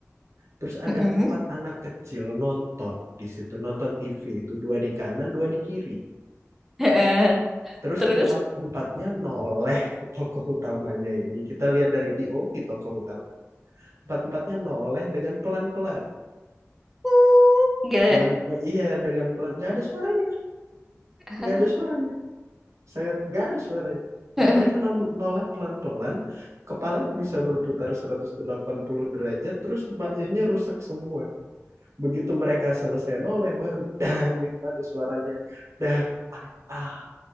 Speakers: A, on the right; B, in the centre.
A: terus ada
B: Mm-mm.
A: empat anak kecil nonton di situ nonton TV itu dua di kanan dua di kiri
B: Heeh.
A: terus
B: Terus?
A: empat empatnya noleh ke tokoh utamanya ini kita lihat dari POV tokoh utama empat empatnya noleh dengan pelan pelan
B: Mm, Gitu.
A: dengan iya dengan pelan nggak ada suaranya
B: Heeh.
A: nggak ada suaranya sangat nggak ada suaranya
B: Heeh.
A: Dan mereka nol- noleh pelan-pelan kepalanya bisa berputar 180 derajat terus wajahnya rusak semua begitu mereka selesai noleh baru dang gitu ada suaranya dang ah, ah,